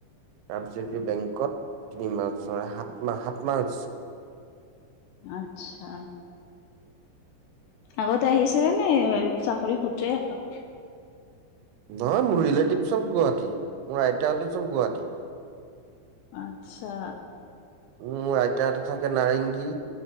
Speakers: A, on the right; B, on the left.
A: তাৰপিছত কি বেংকত তিনিমাহ চ সাতমাহ সাত মাহ হৈছে।
B: আচ্ছা। আগতে আহিছিলে নে চাকৰি সুত্ৰো হল।
A: নহয় মোৰ ৰিলেটিভ চব গুৱাহাটী মোৰ আইতাহতে সব গুৱাহাটী।
B: আচ্ছা।
A: উম, আইতা এটা থাকে নাৰেংগী।